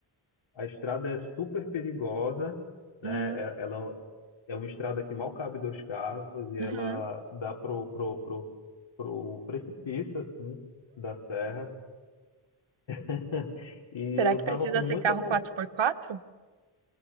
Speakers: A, on the left; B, on the right.
A: a estrada é super perigosa, né?
B: Hum,
A: É- Ela é uma estrada que mal cabe dois carros e ela
B: uhum.
A: dá pro, pro, pro, pro precipício, assim, da serra. <laughs> E
B: Será
A: eu
B: que
A: tava
B: precisa
A: com muita
B: ser carro
A: vontade.
B: quatro por quatro?